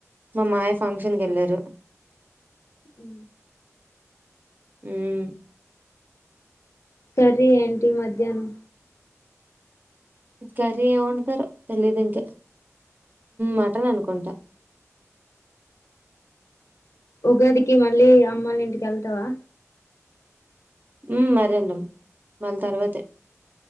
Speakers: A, on the right (about 35°); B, on the left (about 65°).
A: మా మామాయ్య ఫంక్షన్ కేళ్లారు
B: ఉ
A: ఉమ్
B: కర్రీ ఏంటి మధ్యనం
A: కర్రీ ఏమండుతారో తెలీదు ఇంకా మటన్ అనుకుంటా
B: ఉగాదికి మళ్ళీ అమ్మల ఇంటికి ఎళ్తావా
A: ఉమ్ మరేళ్లు మళ్ళీ తర్వాతే